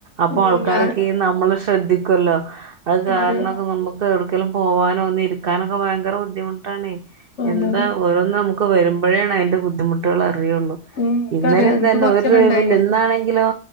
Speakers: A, on the right; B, on the left.
A: അപ്പൊ
B: ഉം
A: ആൾക്കാരൊക്കെ
B: ഞാൻ
A: നമ്മള് ശ്രദ്ധിക്കല്ലോ അത് കാരണൊക്കെ
B: അതെ
A: നമുക്ക് എടക്കെലും പോവാനോ ഒന്ന് ഇരിക്കാനൊക്കെ ഭയങ്കര ബുദ്ധിമുട്ടാണ്
B: അതെ
A: എന്താ
B: അതെ
A: ഓരോന്ന് നമുക്ക് വരുമ്പോഴോണ് അതിൻ്റെ ബുദ്ധിമുട്ടുകൾ അറിയുള്ളൂ
B: ഉം ഇൻക്കറിയാ
A: ഇന്നലും
B: ഇൻക്ക്
A: തന്നെ
B: കൊറച്ചേരം
A: ഒരു ഓഴവുല്ലന്നാണെങ്കിലോ
B: ഇണ്ടായിനി